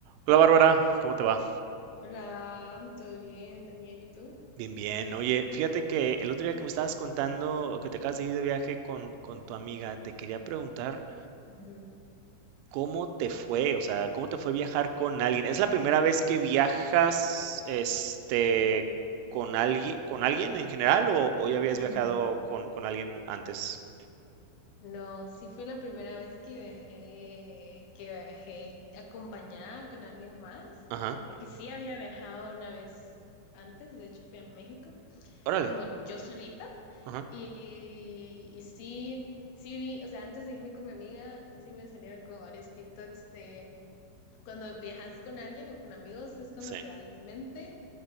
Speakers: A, on the right; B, on the left.
A: Hola Bárbara, ¿cómo te va?
B: Hola, ¿todo bien, Daniel? ¿Y tú?
A: Bien, bien. Oye, fíjate que el otro día que me estabas contando que te acabas de ir de viaje con, con tu amiga, te quería preguntar
B: Ujú.
A: cómo te fue, o sea, cómo te fue viajar con alguien. ¿Es la primera vez que viajas, este, con alguien, con alguien en general o, o ya habías
B: Ujú.
A: viajado con, con alguien antes?
B: No, sí fue la primera vez que viajé, que viajé acompañada con alguien más,
A: Ajá.
B: porque sí había viajado una vez antes, de hecho fui a México,
A: Órale.
B: como yo solita,
A: Ajá.
B: y, y sí, sí vi, o sea, antes de irme con mi amiga, sí me salieron como varios TikToks de cuando viajas con alguien o con amigos, es cuando
A: Sí.
B: realmente